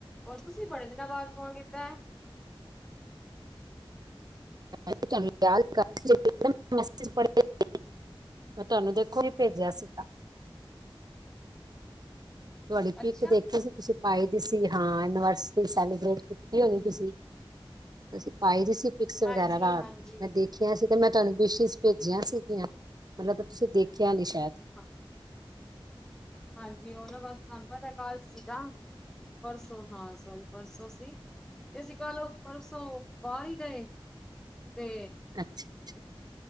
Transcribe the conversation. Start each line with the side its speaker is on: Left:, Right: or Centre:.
Centre: ਹੋਰ ਤੁਸੀ ਬੜੇ ਦਿਨਾਂ ਬਾਅਦ ਫ਼ੋਨ ਕੀਤਾ।
Right: <inaudible> ਮੈਂ ਤੁਹਾਨੂੰ ਦੇਖੋ ਵੀ ਭੇਜਿਆ ਸੀਗਾ। ਤੁਹਾਡੇ ਪਿੱਕ
Centre: ਅੱਛਾ
Right: ਦੇਖੇ ਸੀ ਤੁਸੀਂ ਪਾਈ ਦੀ ਸੀ ਹਾਂ ਐਨੀਵਰਸਰੀ ਸੈਲੀਬਰੇਟ ਕੀਤੀ ਹੋਣੀ ਤੁਸੀਂ ਅਸੀਂ ਪਾਈ ਦੀ ਸੀ। ਪਿਕਸ ਵਗੈਰਾ
Centre: ਹਾਂਜੀ
Right: ਰਾਤ
Centre: ਹਾਂਜੀ।
Right: ਮੈਂ ਦੇਖ ਦੇਖੀਆਂ ਸੀ ਤੇ ਮੈਂ ਤੁਹਾਨੂੰ ਵਿਸ਼ਿਸ ਭੇਜੀਆਂ ਸੀਗੀਆਂ ਮਤਲਬ ਤੁਸੀਂ ਦੇਖਿਆ ਨਈ ਸ਼ਾਇਦ
Centre: <inaudible> ਹਾਂਜੀ ਓ ਨਾ ਬਸ ਤੁਹਾਨੂੰ ਪਤਾ ਕਲ ਸੀਗਾ ਪਰਸੋਂ ਹਾਂ ਸੋਰੀ ਪਰਸੋਂ ਸੀ। ਤੇ ਅਸੀਂ ਕਲ ਓ ਪਰਸੋਂ ਬਾਰ ਹੀ ਰਏ ਤੇ
Right: ਅੱਛਾ ਅੱਛਾ